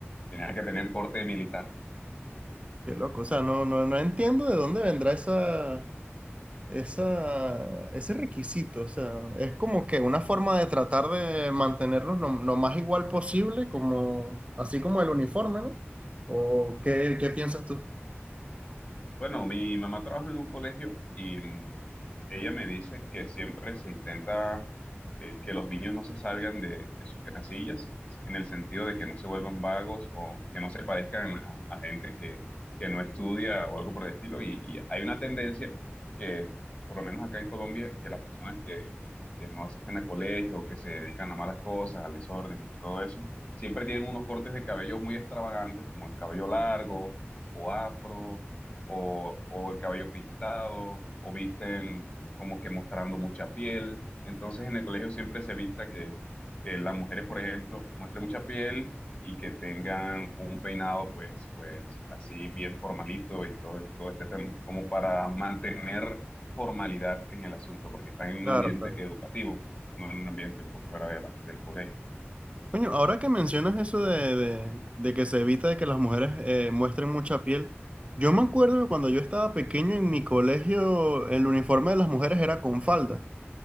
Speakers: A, on the left (about 30°); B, on the right (about 25°).
A: Tenía que tener corte de militar.
B: Qué loco, o sea, no, no, no entiendo de dónde vendrá esa... Esa, ese requisito, o sea, es como que una forma de tratar de mantenerlos lo, lo más igual posible, como, así como el uniforme, ¿no? ¿O qué, qué piensas tú?
A: Bueno, mi mamá trabaja en un colegio y mm, ella me dice que siempre se intenta eh, que los niños no se salgan de, de sus casillas, en el sentido de que no se vuelvan vagos o que no se parezcan a, a gente que, que no estudia o algo por el estilo. Y, y hay una tendencia que, por lo menos acá en Colombia, que las personas que, que no asisten a colegio, que se dedican a malas cosas, al desorden y todo eso, siempre tienen unos cortes de cabello muy extravagantes, como el cabello largo o afro o, o el cabello pintado, o visten como que mostrando mucha piel. Entonces en el colegio siempre se evita que, que las mujeres, por ejemplo, muestren mucha piel y que tengan un peinado pues, pues así bien formalito y todo, todo este tema, como para mantener formalidad en el asunto, porque están en
B: Claro,
A: un ambiente
B: claro.
A: educativo, no en un ambiente por fuera de la- del colegio.
B: Coño, ahora que mencionas eso de, de- de que se evita de que las mujeres eh, muestren mucha piel, yo me acuerdo que cuando yo estaba pequeño en mi colegio, el uniforme de las mujeres era con falda.